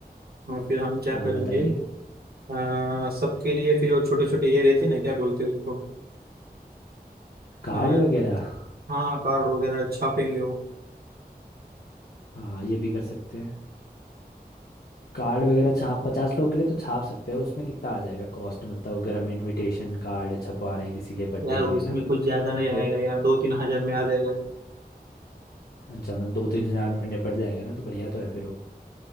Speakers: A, on the right; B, on the left.
A: हाँ फिर हम क्या
B: हाँ
A: करेंगे
B: बताइए
A: आ, सबके लिए फिर वो छोटे छोटे ये रहते हैं ना क्या बोलते हैं उसको
B: कार्ड
A: हाँ,
B: वगैरह
A: हाँ कार्ड वगैरह छापेंगे वो
B: हाँ ये भी कर सकते हैं कार्ड वगैरह छाप पचास लोग के लिए तो छाप सकते हैं उसमें कितना आ जाएगा कॉस्ट मतलब अगर हम इनविटेशन कार्ड छपवा रहे हैं किसी के बर्थडे
A: यार
B: के
A: उसमें
B: लिए ना
A: कुछ ज्यादा नहीं
B: तो
A: आएगा यार दो तीन हजार में आ जाएगा
B: अच्छा मतलब दो तीन हजार में निपट जाएगा ना तो बढ़िया तो है फिर वो